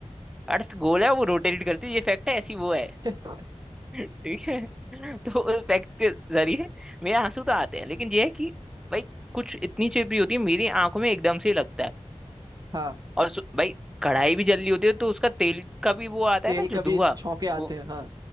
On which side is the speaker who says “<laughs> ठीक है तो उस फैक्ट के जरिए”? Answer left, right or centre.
Centre